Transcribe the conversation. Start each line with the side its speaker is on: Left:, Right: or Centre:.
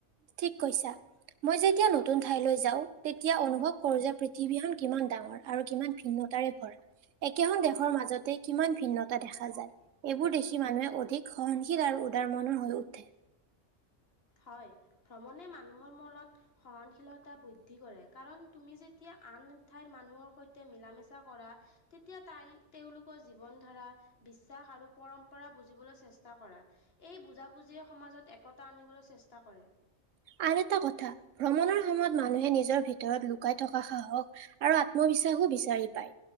Right: ঠিক কৈছা। মই যেতিয়া নতুন ঠাইলৈ যাও তেতিয়া অনুভৱ কৰো যে পৃথিৱীখন কিমান ডাঙৰ আৰু কিমান ভিন্নতাৰে ভৰা একেখন দেশৰ মাজতে কিমান ভিন্নতা দেখা যায়। এইবোৰ দেখি মানুহে অধিক সহনশীল আৰু উদাৰ মনৰ হৈ উঠে।
Left: হয় ভ্ৰমণে মানুহৰ মনত সহনশীলতা বৃদ্ধি কৰে কাৰণ তুমি যেতিয়া আন ঠাইৰ মানুহৰ সৈতে মিলা মিছা কৰা তেতিয়া তাই তেওঁলোকৰ জীৱন ধাৰা, বিশ্বাস আৰু পৰম্পৰা বুজিবলৈ চেষ্টা কৰা এই বুজাবুজিয়ে সমাজত একতা আনিবলৈ চেষ্টা কৰে।
Right: আন এটা কথা ভ্ৰমণৰ সময়ত মানুহে নিজৰ ভিতৰত লুকাই থকা সাহস আৰু আত্মবিশ্বাসো বিচাৰি পায়